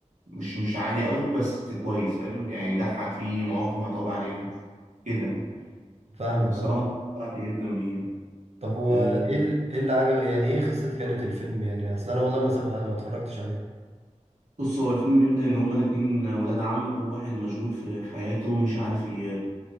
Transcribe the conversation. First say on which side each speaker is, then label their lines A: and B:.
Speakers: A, on the right; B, on the right.
A: مش مش عالي قوي بس كويس فاهم يعني يضحك فيه مواقف متعوب عليها كده يعني
B: فاهمك
A: والصراحة
B: اه طب
A: استمتعت جدا بيه يعني.
B: طب وايه
A: آه،
B: ال... ايه اللي عجب يعني ايه قصة كانت الفيلم يعني اصل انا والله ما سمع... ما اتفرجتش عليه
A: بص هو الفيلم بيبدأ إن هما الاتنين ولاد عم كل واحد مشغول في حياته مش عارف ي...